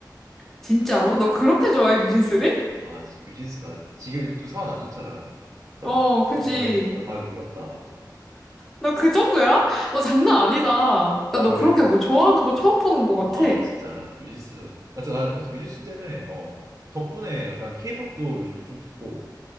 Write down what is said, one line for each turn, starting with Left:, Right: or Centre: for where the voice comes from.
Centre: 진짜로? 너 그렇게 좋아해, 뉴진스를?
Right: 아, 뮤 유진스 나 지금 좀 상황 안 좋잖아. 나,
Centre: 어, 그치.
Right: 나 밤에 나 밤에 울었다.
Centre: 너 그 정도야? 너 장난 아니다. 나
Right: 아,
Centre: 너
Right: 우리
Centre: 그렇게 뭐 좋아하는 거 처음 보는 거 같아.
Right: 아, 진짜 유진스. 하여튼 아 하여튼 유진스 때문에 어 덕분에 약간 케이팝도 요즘 좀 듣고